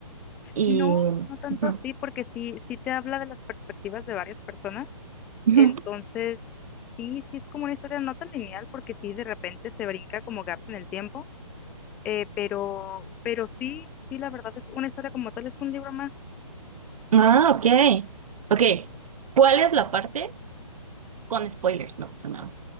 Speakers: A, on the right; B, in the centre.
A: Y...
B: No, no tanto
A: Ujú,
B: así, porque sí, sí te habla de las perspectivas de varias personas
A: ujú.
B: Entonces, sí, sí es como una historia no tan lineal porque sí de repente se brinca como gaps en el tiempo, eh, pero, pero sí, sí, la verdad es una historia como tal, es un libro más.
A: Ah, ok. Ok. ¿Cuál es la parte? Con spoilers, no pasa nada.